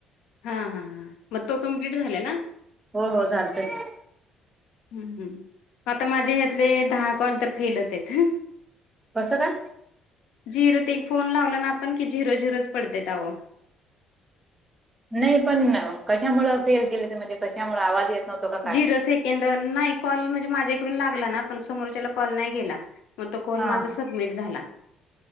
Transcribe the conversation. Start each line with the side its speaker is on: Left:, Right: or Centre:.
Left: हां हां हां मग तो कम्प्लीट झाल्याला.
Right: हो हो झालता की
Left: हम हम आता माझे ह्यातले दहा कॉल तर फेलच आहेत ह.
Right: कसं काय?
Left: झिरत एक फोन लावला ना आपण की झिरो झिरोच पडतेत अव.
Right: नाही पण कशामुळ फेल केल ते म्हणजे कशामुळे आवाज येत नव्हतो का काय
Left: झिरो सेकेंद नाही कॉल म्हणजे माझ्या इकडून लागला ना पण समोरच्याला कॉल नाही गेला. मग तो कॉल
Right: हा
Left: माझा सबमिट झाला.